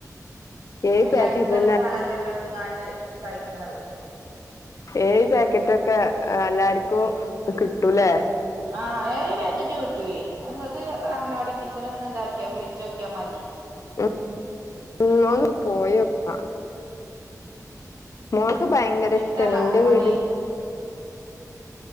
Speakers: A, on the left (about 55°); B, on the right (about 70°).
A: ഏഴ്
B: എല്ലാർക്കും
A: പാക്കറ്റിന്
B: നല്ലതാണല്ലോല്ലോ ഒട്ട്ുകാണ്ട് കഴിക്കണത്
A: ഏ പാക്കറ്റൊക്കെ എല്ലാർക്കും കിട്ടൂല്ലേ
B: ആഹ് ഈ പാക്കറ്റ് കിട്ടുവേ നിങ്ങക്ക് അങ്ങനെവാടി ടീച്ചർ ഒന്ന് ഇതാക്കിയാ വിളിച്ചുോക്കിയാ മതി
A: ഉ ഉ
B: ഉം
A: ഒന്ന് പോയക്ക മോക്ക് ഭയങ്കര
B: എടുത്താണോ
A: ഇഷ്ടമാണ് എൻറെ
B: അംഗനവാടി
A: വീടി